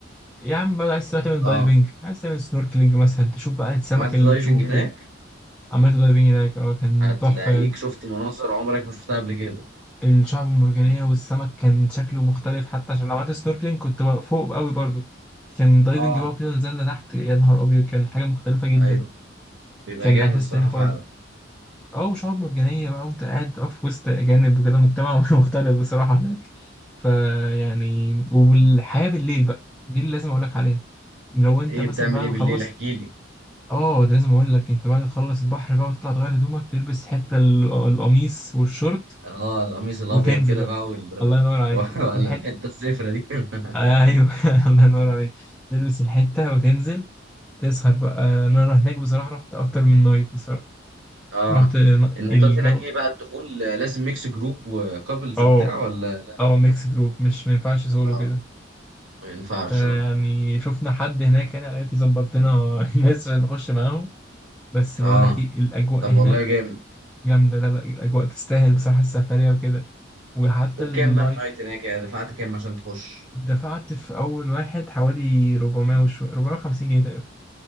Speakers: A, in the centre; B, on the right.
A: يا عم بقى عايز تروح تعمل
B: اه
A: دايفنج عايز تعمل سنوركلينج مثلا تشوف بقى السمك
B: عملت
A: اللي
B: دايفنج
A: بتشوفه في
B: هناك
A: ال- عملت دايفنج هناك اه كان
B: هتلاقيك
A: تحفة يعني
B: شفت مناظر عمرك ما شفتها قبل كده
A: الشعب المرجانية والسمك كان شكله مختلف حتى عشان لو عملت سنوركلينج كنت بقى فوق قوي برضو كان دايفنج
B: اه
A: بقى كده نزلنا تحت يا نهار أبيض كان حاجة مختلفة جدا
B: ايوه بيبقى
A: كان
B: جامد
A: إحساس
B: الصراحة
A: تاني خالص
B: فعلا
A: اه وشعاب مرجانية بقى وانت قاعد بقى في وسط أجانب وكده مجتمع <laughs> مختلف بصراحة هناك فيعني والحياة بالليل بقى دي اللي لازم أقول لك عليها لو انت
B: ايه
A: مثلا
B: بتعمل
A: بعد
B: ايه
A: ما
B: بالليل
A: خلصت
B: احكي لي
A: اه ده لازم أقول لك انت بعد ما تخلص البحر بقى وتطلع تغير هدومك تلبس حتة ال- القميص والشورت
B: اه القميص الابيض
A: وتنزل
B: كده
A: بقى
B: بقى وال...
A: الله ينور عليك
B: <laughs> ولا
A: الحتة
B: الحتة الزفرة دي <laughs>
A: ايوه <laughs> الله ينور عليك تلبس الحتة وتنزل تسهر بقى انا رحت هناك بصراحة رحت اكتر من نايت بصراحة
B: اه
A: رحت ن-
B: النايتات
A: الجو
B: هناك ايه بقى الدخول آه، لازم ميكس جروب وكابلز
A: اه
B: وبتاع ولا
A: اه ميكس جروب مش ما ينفعش سولو
B: اه
A: كده
B: ما ينفعش
A: فيعني
B: اه
A: شفنا حد هناك يعني عارف يظبط لنا <laughs> الناس عشان نخش معاهم بس بقول
B: اه
A: لك ايه الاجواء
B: طب
A: هناك
B: والله جامد
A: جامده لا لا الاجواء تستاهل بصراحه السفريه وكده وحتى
B: وبكام
A: النايت
B: بقى النايت هناك يعني دفعت كام عشان تخش
A: دفعت في اول واحد حوالي 400 وشو 450 جنيه تقريبا